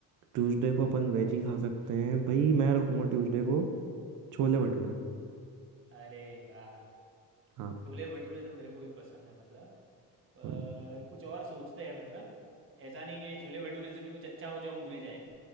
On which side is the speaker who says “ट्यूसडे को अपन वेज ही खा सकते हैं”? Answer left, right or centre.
Right